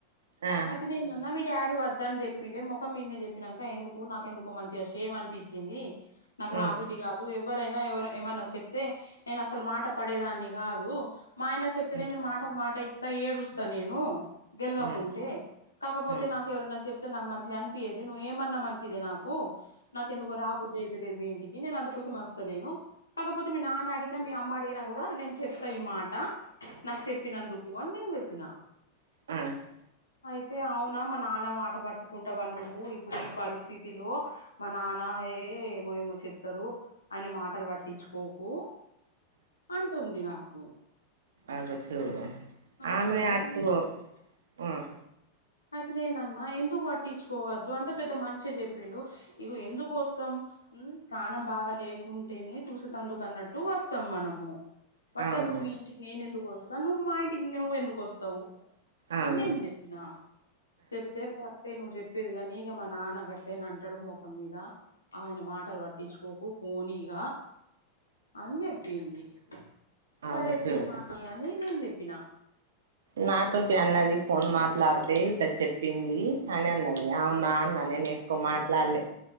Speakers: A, on the right; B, on the left.
A: ఆ
B: అయితే నేనన్నా మీ డాడీ వద్దని చేప్పిండే ముఖం మీన్నే చేప్పినాక ఎందుకు నాకెందుకో మంచిగా షేమ్ అనిపిం చింది నాకు
A: ఉమ్
B: రాబుద్ది గాదు ఎవరైనా ఎవరు ఏమన్నా చెప్తే నేను అసలు మాట పడేదాన్ని గాదు మా ఆయన చెప్తేనే
A: ఉమ్
B: నేను మాటకు మాట ఇత్తా ఏడుస్తా నేను గెలవకుంటే
A: ఉమ్
B: కాకపోతే
A: ఉమ్
B: నాకు ఎవరన్నా చెప్తే నాకు మంచిగా అనిపియదు నువ్వు ఏమన్నా మంచిదే నాకు నాకు ఎందుకో రాబుద్ది లేదు మీ ఇంటికి నేను అందుకోసంమే వస్తలేను కాకపోతే మీ నాన్న అడిగిన మీ అమ్మా అడిగిన కూడా నేను చెప్తా ఈ మాట నాకు చెప్పినందుకు అని నేను చెప్పిన
A: అగో
B: అయితే అవునా మా నాన్న మాట పట్టుకుంటావా నువ్వు ఇప్పుడు ఈ పరిస్థితిలో మా నాన్నయే ఏమో ఏమో చెప్తడు ఆయన మాటలు పట్టించుకోకు అంటుంది నాకు
A: అగో చూడు
B: ఆ
A: ఆమె
B: అయితుంది
A: అటు ఉమ్
B: అయితే నేనన్నా ఎందుకు పట్టించుకోవద్దు అంత పెద్ద మనిషే చేప్పిండు ఇగ ఎందుకోస్తాం ఉమ్ ప్రాణం బాగా లేకుంటేనే చూసుతందుకు అన్నట్టు వస్తాం మనము బట్టేప్పుడు
A: అవును
B: మీ ఇంటికి నేను ఎందుకు వస్తా నువ్వు మా ఇంటికి నువ్వు ఎందుకు వస్తావు
A: అవును
B: అన్ని నేను చేప్పిన చెప్తే కరెక్టే నువ్వు చేప్పేది గానీ ఇగ మా నాన్న గట్లే నంటడు ముఖం మీద ఆయన మాటలు పట్టించు పోకు పోనీగా అని చేప్పింది
A: అగో
B: సరేతీ
A: చూడు
B: కాని అని నేను చెప్పినా
A: నాతోటి అన్నది ఫోన్ మాట్లాడితే ఇట్లా చెప్పింది అని అన్నది అవునా అన్న నేను ఎక్కు మాట్లాడలే